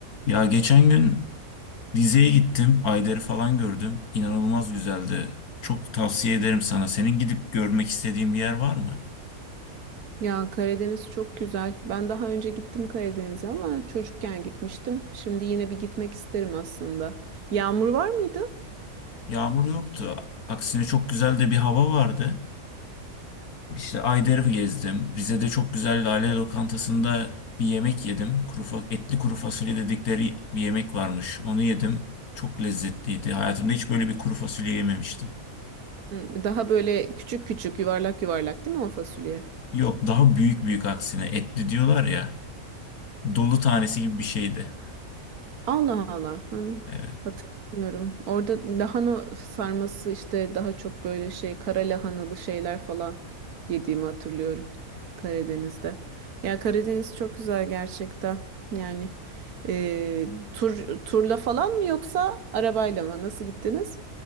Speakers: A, on the left; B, on the right.
A: Ya geçen gün dizeye gittim. Ayder'i falan gördüm. İnanılmaz güzeldi. Çok tavsiye ederim sana. Senin gidip görmek istediğin bir yer var mı?
B: Ya Karadeniz çok güzel. Ben daha önce gittim Karadeniz'e ama çocukken gitmiştim. Şimdi yine bir gitmek isterim aslında. Yağmur var mıydı?
A: Yağmur yoktu. Aksine çok güzel de bir hava vardı. İşte Ayder'i gezdim. Rize'de çok güzel Lale Lokantası'nda bir yemek yedim. Kuru fa- etli kuru fasulye dedikleri bir yemek varmış. Onu yedim. Çok lezzetliydi. Hayatımda hiç böyle bir kuru fasulye yememiştim.
B: Hı, Daha böyle küçük küçük yuvarlak yuvarlak değil mi o fasulye?
A: Yok, daha büyük büyük aksine. Etli diyorlar ya. Dolu tanesi gibi bir şeydi.
B: Allah Allah. Ben
A: Evet.
B: hatırlamıyorum. Orada lahana sarması işte daha çok böyle şey kara lahanalı şeyler falan yediğimi hatırlıyorum Karadeniz'de. Ya Karadeniz çok güzel gerçekten. Yani e, tur turla falan mı yoksa arabayla mı? Nasıl gittiniz?